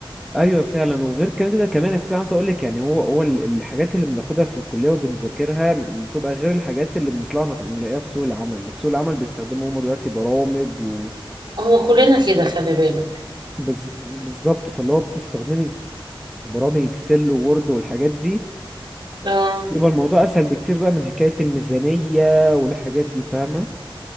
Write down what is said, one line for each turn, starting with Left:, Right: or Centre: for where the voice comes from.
Centre: ايوه فعلا وغير كده كده كمان اساسا عايز اقول لك يعني هو هو ال- الحاجات اللي بناخدها في الكليه وبنذاكرها بتبقى غير الحاجات اللي بنطلع نخ- نلاقيها في سوق العمل يعني في سوق العمل بيستخدموا هم دلوقتي برامج و...
Right: هو كلنا كده خلي بالك
Centre: بز... بالظبط فاللي هو بتستخدمي برامج اكسل وورد والحاجات دي
Right: اه
Centre: بيبقى الموضوع اسهل بكتير بقى من حكاية الميزانية والحاجات دي فاهمة